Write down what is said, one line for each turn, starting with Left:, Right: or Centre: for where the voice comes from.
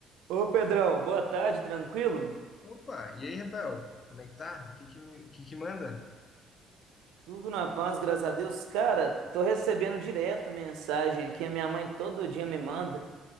Right: Ô Pedrão, boa tarde, tranquilo?
Left: Opa, e aí, Rafael? Como é que tá? O que que, me- o que que manda?
Right: Tudo na paz, graças a Deus. Cara, tô recebendo direto mensagem aqui, a minha mãe todo dia me manda,